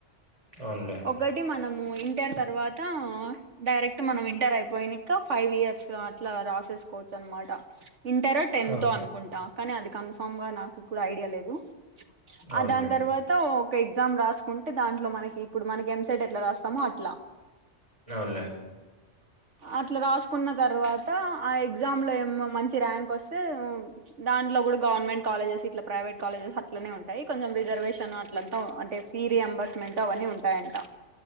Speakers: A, on the right (about 30°); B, on the right (about 85°).
A: అవునులే
B: ఒకటి మనము ఇంటర్ తర్వాత డైరెక్ట్ మనం ఇంటర్ అయిపోయినిక ఫైవ్ ఇయర్స్ అట్లా రాసేసు కోచ్ అనమాట ఇంటర్ టెన్త్
A: ఆ!
B: తో అనుకుంటా కానీ అది కన్ఫామ్ గా నాకు ఐడియా లేదు
A: అవునులేండి
B: ఆ దాని తర్వాత ఒక ఎగ్జామ్ రాసుకుంటే దాంట్లో మనకి ఇప్పుడు మనకి ఎంసేట్ ఎట్లా రాస్తామో అట్లా
A: అవున్ లే
B: అట్లా రాసుకున్న తర్వాత ఆ ఎగ్జామ్ లో ఏమో మంచి ర్యాంక్ వస్తే దాట్లో కూడా గవర్నమెంట్ కాలేజెస్ ఇట్లా ప్రైవేట్ కాలేజెస్ అట్లనే ఉం టాయి కొంచెం రిజర్వేషన్ అట్లంతా అంటే ఫీ రి ఎంబర్స్మెంట్ అవన్నీ ఉంటాయంట